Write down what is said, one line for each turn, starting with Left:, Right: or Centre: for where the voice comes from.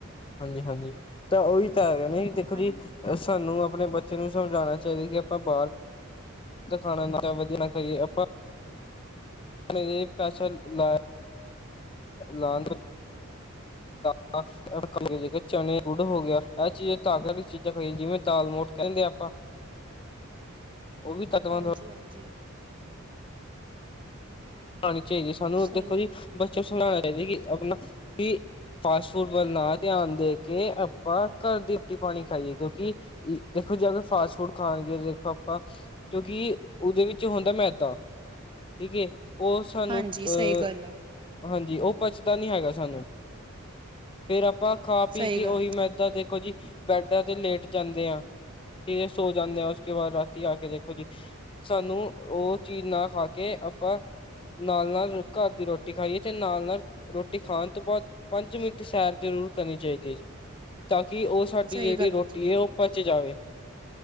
Left: ਹਾਂਜੀ-ਹਾਂਜੀ, ਤਾਂ ਉਹੀ ਤਾਂ ਹੈਗਾ ਦੇਖੋ ਜੀ।
Right: ਹਨ
Left: ਸਾਨੂੰ ਆਪਣੇ ਬੱਚੇ ਨੂੰ ਸਮਝਾਉਣਾ ਚਾਹੀਦਾ ਕਿ ਆਪਾਂ ਬਾਹਰ ਬਾਹਰ ਦਾ ਖਾਣਾ ਨਾ ਵਧੀਆ ਨਾ ਖਾਈਏ ਆਪਾਂ ਏਨੇ ਪੈਸੇ ਲਾ ਲਾਂ ਦ <unintelligible> <unintelligible> ਚਨੇ, ਗੁੜ ਹੋ ਗਿਆ ਇਹ ਚੀਜ਼ਾਂ ਤਾਕਤ ਵਾਲੀ ਚੀਜ਼ਾਂ ਖਾਈ, ਜਿਵੇਂ ਦਾਲ ਮੋਠ ਕਹਿੰਨੇ ਆਪਾਂ। <inaudible> ਉਹ ਵੀ ਤੱਤਵੰਦ
Right: ਹਾਂਜੀ-ਹਾਂਜੀ।
Left: ਖ਼ਾਣੀ ਚਾਹੀਦੀ ਸਾਨੂੰ
Right: ਸਹੀ
Left: ਦੇਖੋ ਜੀ ਬੱਚੇ ਨੂੰ ਸੋਚਣਾ ਚਾਹੀਦਾ ਅਪਣਾ ਕਿ ਫਾਸਟ ਫੂਡ ਵੱਲ ਨਾ ਧਿਆਨ ਦੇ ਕੇ, ਆਪਾਂ ਘਰ ਦੀ ਰੋਟੀ-ਪਾਣੀ ਖਾਈਏ ਕਿਉਂਕਿ ਦੇਖੋ ਜੇ ਅਗਰ ਫਾਸਟ ਫੂਡ ਖਾਨਗੇ ਦੇਖੋ ਆਪਾਂ ਕਿਉਂਕਿ ਉਹਦੇ ਵਿੱਚ ਹੁੰਦਾ ਮੈਦਾ ਠੀਕ ਏ। ਉਹ ਸਾਨੂੰ
Right: ਹਾਂਜੀ
Left: ਅ
Right: ਸਹੀ ਗੱਲ ਆ,
Left: ਹਾਂਜੀ, ਉਹ ਪਚਦਾ ਨੀ ਹੈਗਾ ਸਾਨੂੰ ਫੇਰ ਆਪਾਂ ਖਾ ਪੀ
Right: ਸਹੀ
Left: ਕੇ
Right: ਗੱਲ
Left: ਉਹੀ
Right: ਆ,
Left: ਮੈ ਦ ਦੇਖੋ ਜੀ ਬੈਡ ਦੇ ਉਤੇ ਲੇਟ ਜਾਂਦੇ ਆ। ਫੇਰ ਸੋ ਜਾਂਦੇ ਹਾਂ ਉਸਕੇ ਬਾਅਦ ਰਾਤੀ ਆ ਕੇ ਦੇਖੋ ਜੀ ਸਾਨੂੰ ਉਹ ਚੀਜ਼ ਨਾ ਖਾ ਕੇ ਆਪਾਂ ਨਾਲ-ਨਾਲ ਘਰ ਦੀ ਰੋਟੀ ਖਾਈਏ ਤੇ ਨਾਲ-ਨਾਲ ਰੋਟੀ ਖਾਨ ਤੋਂ ਬਾਅਦ ਪੰਜ ਮਿੰਟ ਸੈਰ ਜ਼ਰੂਰ ਕਰਨੀ ਚਾਹੀਦੀ ਹੈ ਤਾਂ ਕਿ ਉਸ ਸਾਡੀ
Right: ਸਹੀ
Left: ਜਿਹੜੀ
Right: ਗੱਲ
Left: ਰੋਟੀ
Right: ਆ ਜੀ।
Left: ਏ, ਉਹ ਪਚ ਜਾਵੇ।